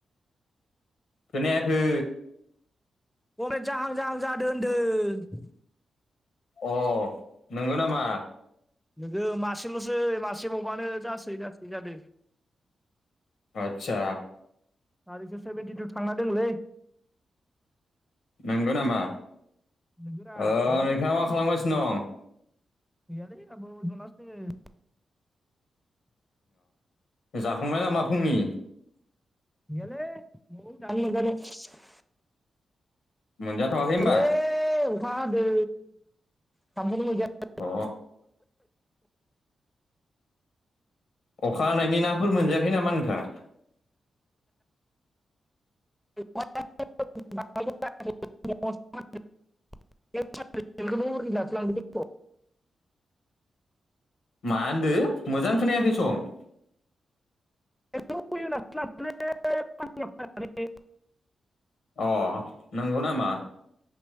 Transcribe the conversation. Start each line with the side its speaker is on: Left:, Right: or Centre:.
Left: खोनायाखै।
Centre: कमपेत जाहां जाहां जादों होनदों।
Left: अ नोंगौ नामा?
Centre: नोङो मासेल'सै मासेबावबानो जासै जासै जादों।
Left: अतसा।
Centre: हारि स' सेभेेनटि टु थांना दंलै।
Left: नंगौ नामा
Centre: नोगोरा
Left: ओ
Centre: नुवाखै
Left: नोंथाङा मा खालामगासिनो दं?
Centre: गैयालै आब' जनासोङो दोङो।
Left: अ जाखांबाय नामा फुंनि?
Centre: गैयालै मौ दासो <unintelligible>
Left: मोनजाथ'वाखै।
Centre: <unintelligible>
Left: होमबा
Centre: अखा हादों खामखोनो मोनजायाखै।
Left: अ। अखा हानायनि नाफोर मोनजायाखै नामा नोंथां?
Centre: <unintelligible> <unintelligible>
Left: मा होनदो मोजां खोनायाखै सं
Centre: <unintelligible>
Left: अ नंगौ नामा?